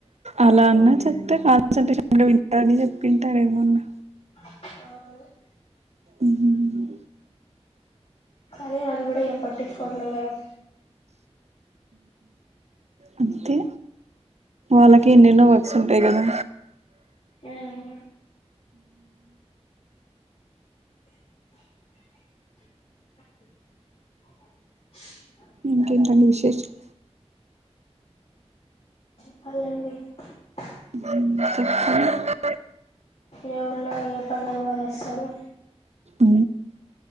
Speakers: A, on the right; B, on the left.
A: అలా అన్నా చెప్తే కాన్సంట్రేషన్ గా వింటారని చెప్పిండు తరేమన్నా
B: అ
A: ఉమ్
B: కానీ అది కూడా ఏం పట్టించుకోవటలేదు గదా
A: అంతే వాళ్ళకీ ఎన్నెన్నో వర్క్స్ ఉంటాయి కదా
B: ఆ హు <unintelligible>
A: ఇంకేంటండి విశేషం
B: ప్పాలండి <unintelligible>
A: <unintelligible>
B: ఏ ఊర్లో ఏ పండగ బా సర్లే
A: ఊ